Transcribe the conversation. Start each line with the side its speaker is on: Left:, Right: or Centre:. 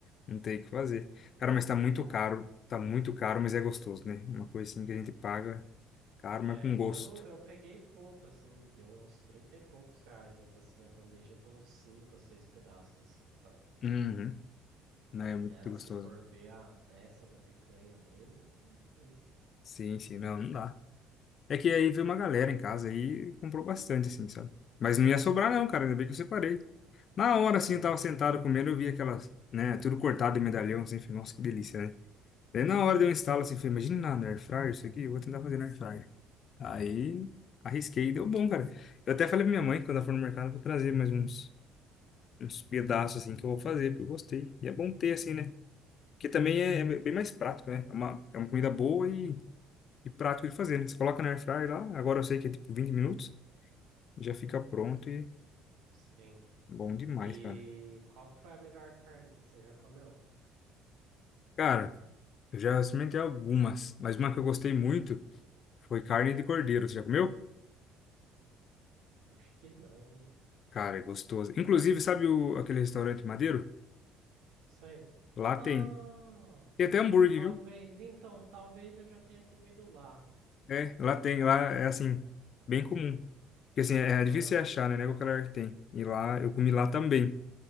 Left: não tem o que fazer. Cara,
Right: Arranca.
Left: mas tá muito caro. Tá muito caro, mas é gostoso, né? Uma coisa assim que a gente paga caro,
Right: É,
Left: mas com gosto.
Right: eu não, eu peguei pouco, assim, deu uns 30 e poucos reais, ainda assim, a bandeja com uns 5 ou 6 pedaços, assim, sabe?
Left: Uhum. Não,
Right: Porque
Left: é muito
Right: ah,
Left: gostoso.
Right: se for ver a peça da picanha mesmo, tá doido.
Left: Sim, sim, não, não dá. É que aí veio uma galera em casa e comprou bastante, assim, sabe? Mas não ia sobrar, não, cara. Ainda bem que eu separei. Na hora, assim,
Right: Aham.
Left: eu tava sentado comendo, eu vi aquelas, né? Tudo cortado em medalhão, assim, falei, nossa, que delícia, né? Daí na hora de eu instalar, assim, falei, imagina na na Air Fryer isso aqui, eu vou tentar fazer na Air Fryer. Aí arrisquei, e deu bom, cara. Eu até falei pra minha mãe, quando ela for no mercado, eu vou trazer mais uns, uns pedaços, assim, que eu vou fazer, porque eu gostei. E é bom ter, assim, né? Porque também é, é bem mais prático, né? É uma, é uma comida boa e, e prático de fazer, né? Você coloca na Air Fryer lá, agora eu sei que é tipo 20 minutos, já fica pronto e
Right: Sim.
Left: bom demais,
Right: E
Left: cara.
Right: qual que foi a melhor carne que você já comeu?
Left: Cara, eu já experimentei algumas, mas uma que eu gostei muito foi carne de cordeiro. Você já comeu?
Right: Eu acho que não, hein?
Left: Cara, é gostoso. Inclusive, sabe o, aquele restaurante Madeiro?
Right: Sei.
Left: Lá
Right: Ah,
Left: tem. Tem até hambúrguer,
Right: talvez,
Left: viu?
Right: então, talvez eu já tenha comido lá.
Left: É, lá tem. Lá é assim, bem comum. Porque assim, é
Right: Ah,
Left: é difícil você achar, né? Não é qualquer lugar que tem. E lá, eu comi lá também.